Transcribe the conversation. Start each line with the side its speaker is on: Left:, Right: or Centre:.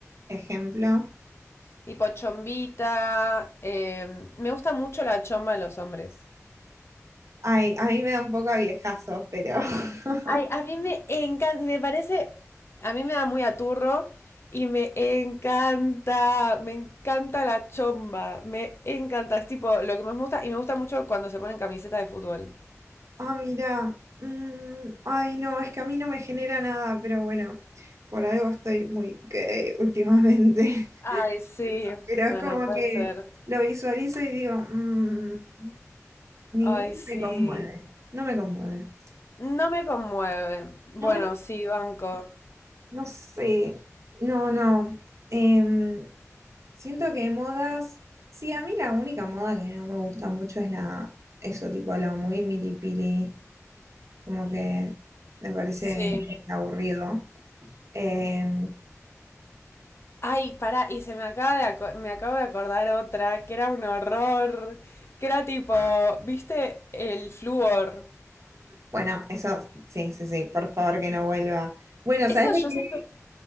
Right: Ejemplo.
Left: Tipo chombita. eh, Me gusta mucho la chomba en los hombres.
Right: Ay, a mí me da un poco a viejazo, pero. <laughs>
Left: Ay, a mí me encanta, me parece, a mí me da muy aturro y me encanta, me encanta la chomba, me encanta, es tipo lo que más me gusta y me gusta mucho cuando se ponen camiseta de fútbol.
Right: Ah, mira. mm, ay, no, es que a mí no me genera nada, pero bueno, por algo estoy muy gay últimamente.
Left: Ay, sí,
Right: <laughs> Pero
Left: bueno,
Right: es como
Left: puede
Right: que
Left: ser.
Right: lo visualizo y digo, mm, ninguno
Left: Ay, sí.
Right: me conmueve. No me conmueve.
Left: No me conmueve. Bueno,
Right: No me.
Left: sí, banco.
Right: No sé. No, no. Em, siento que modas. Sí, a mí la única moda que no me gusta mucho es la. Eso, tipo, lo muy milipili. como que me parece
Left: Sí.
Right: aburrido. Eh,
Left: Ay, pará, y se me acaba de aco- me acabo de acordar otra que era un horror, que era tipo, ¿viste? El flúor.
Right: bueno, eso, sí, sí, sí, por favor que no vuelva. Bueno,
Left: Eso
Right: ¿sabes de
Left: yo
Right: qué?
Left: siento